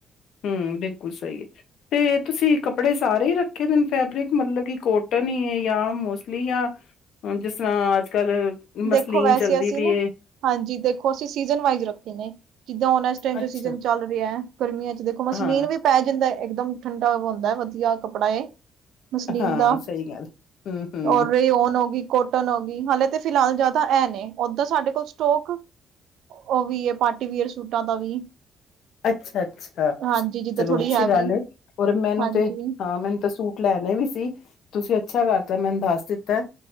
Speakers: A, on the left (about 75°); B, on the right (about 80°).
A: ਹਮ ਬਿਲਕੁਲ ਸਹੀ ਹੈ। ਤੇ ਤੁਸੀ ਕੱਪੜੇ ਸਾਰੇ ਹੀ ਰਖੇ ਨੇ ਫੈਬਰਿਕ ਮਤਲਬ ਕਿ ਕੋਟਨ ਹੀ ਹੈ। ਜਾਂ ਮੋਸਟਲੀ ਜਾਂ ਹੁਣ ਜਿਸ ਤਰਾ ਅਜ ਕਲ ਮਸਲੀਨ
B: ਦੇਖੋ ਵੈਸੇ
A: ਚਲਦੀ
B: ਅਸੀਂ
A: ਪਈ
B: ਨਾ
A: ਏ
B: ਹਾਂਜੀ ਦੇਖੋ ਅਸੀ ਸੀਜ਼ਨ ਵਾਈਜ਼ ਰਖੇ ਨੇ ਜਿਦਾਂ ਹੁਣ ਇਸ ਟਾਈਮ
A: ਅੱਛਾ।
B: ਜੋ ਸੀਜਨ ਚਲ ਰਿਹਾ ਹੈ। ਗਰਮੀਆਂ 'ਚ ਮਸਲੀਨ
A: ਹਾਂ,
B: ਵੀ ਪੈ ਜਾਦਾ ਇਕਦਮ ਠੰਡਾ ਹੁਦਾ ਵਧੀਆ ਕੱਪੜਾ ਮਸਲੀਮ
A: ਹਾਂ
B: ਦਾ
A: ਸਹੀ ਗੱਲ ਹੂੰ-ਹੂੰ,
B: ਔਰ ਰੇਓਨ ਹੋ ਗਈ ਕੋਟਨ ਹੋ ਗਈ ਹਾਲੇ ਤੇ ਫਿਲਹਾਲ ਜ਼ਿਆਦਾ ਇਹ ਨੇ ਉਦਾ ਸਾਡੇ ਕੋਲ ਸਟੋਕ ਉਹ ਵੀ ਹੈ। ਪਾਰਟੀ ਵੇਅਰ ਸੂਟਾਂ ਦਾ ਵੀ।
A: ਅਛਾ- ਅਛਾ,
B: ਹਾਂਜੀ ਜਿੱਦਾਂ
A: ਚਲੋ
B: ਥੋੜ੍ਹੀ
A: ਅਛੀ
B: ਹੈਵੀ
A: ਗਲ ਹੈ। ਔਰ ਮੈਨੂੰ
B: ਹਾਂਜੀ
A: ਤੇ, ਹਾਂ ਮੈਨੂੰ ਤਾਂ ਸੂਟ। ਲੈਣੇ ਵੀ ਸੀ। ਤੁਸੀ ਅਛਾ ਕਰਤਾ, ਮੈਨੂੰ ਦਸ ਦਿਤਾ।